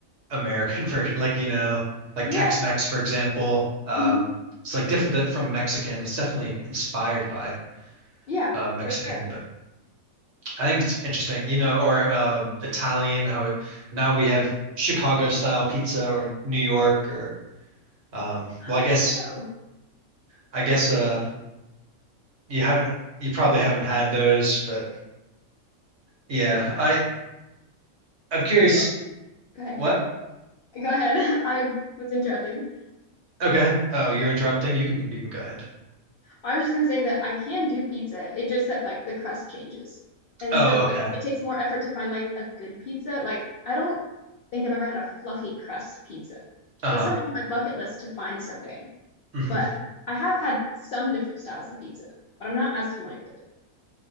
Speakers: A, on the right; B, on the left.
A: American <laughs> version, like you know, like
B: Yeah.
A: Tex-Mex, for example. Um,
B: hmm
A: it's like different th from Mexican. It's definitely inspired by
B: Yeah,
A: uh, Mexican,
B: for sure.
A: but I think it's interesting, you know, or um, Italian. How it now we have Chicago style pizza or New York or um, well,
B: Oh, that's
A: I guess
B: true.
A: I guess uh, you haven't you probably haven't had those, but yeah, I I'm curious.
B: Well, Go ahead.
A: What?
B: Go ahead. <laughs> I was interrupting.
A: Oh, go ahead. Oh, you're interrupting. You can you can go ahead.
B: I was just going to say that I can do pizza. It just that like the crust changes. And
A: Oh,
B: so
A: okay.
B: it takes more effort to find like a good pizza. Like I don't think I've ever had a fluffy crust pizza.
A: Uh-huh.
B: So it's something on my bucket list to find someday.
A: hmm
B: But I have had some different styles of pizza, but I'm not as familiar with it.